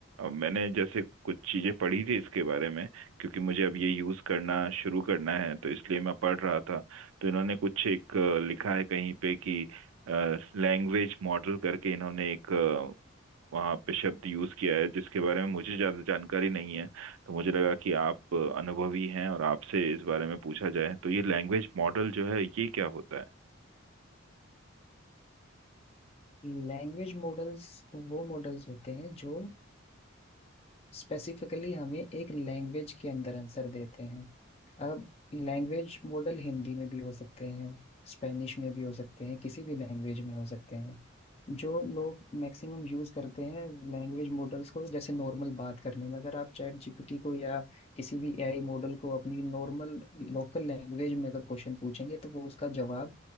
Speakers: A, on the right (about 80°); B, on the left (about 30°).
A: अब मैंने जैसे कुछ चीजें पढ़ी थी इसके बारे में क्योंकि मुझे अब ये यूज करना शुरू करना है तो इसलिए मैं पढ़ रहा था तो इन्होंने कुछ एक अ, लिखा है कहीं पे कि लैंग्वेज मॉडल करके इन्होंने एक अ, वहाँ पे शब्द यूज किया है जिसके बारे में मुझे ज्यादा जानकारी नहीं है तो मुझे लगा कि आप अनुभवी हैं और आपसे इस बारे में पूछा जाए तो ये लैंग्वेज मॉडल जो है ये क्या होता है
B: लैंग्वेज मॉडल्स वो मॉडल्स होते हैं जो स्पेसिफिकली हमें एक लैंग्वेज के अंदर आंसर देते हैं अब लैंग्वेज मॉडल हिंदी में भी हो सकते हैं स्पेनिश में भी हो सकते हैं किसी भी लैंग्वेज में हो सकते हैं जो लोग मैक्सिमम यूज करते हैं लैंग्वेज मॉडल्स को जैसे नॉर्मल बात करने में अगर आप चैट जीपीटी को या किसी भी एआई मॉडल को अपनी नॉर्मल लोकल लैंग्वेज में अगर क्वेश्चन पूछेंगे तो वो उसका जवाब